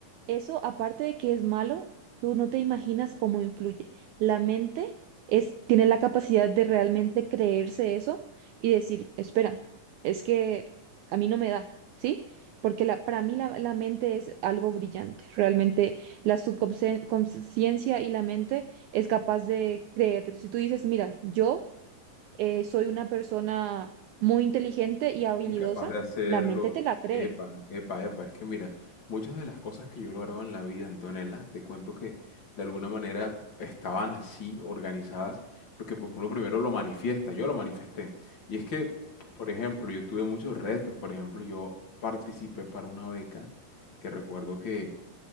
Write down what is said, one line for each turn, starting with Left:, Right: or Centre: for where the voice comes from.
Right: eso aparte de que es malo, tú no te imaginas cómo influye. La mente es, tiene la capacidad de realmente creerse eso y decir, espera, es que a mí no me da, ¿sí? Porque la, para mí la, la mente es algo brillante. Realmente la subconsciencia y la mente es capaz de creerte. Si tú dices, mira, yo eh, soy una persona muy inteligente y habilidosa,
Left: Y capaz de hacerlo.
Right: la mente te la cree.
Left: Epa, epa, epa. Es que mira, muchas de las cosas que yo he logrado en la vida, Antonella, te cuento que de alguna manera estaban así organizadas, porque pues uno primero lo manifiesta, yo lo manifesté. Y es que, por ejemplo, yo tuve muchos retos, por ejemplo, yo participé para una beca que recuerdo que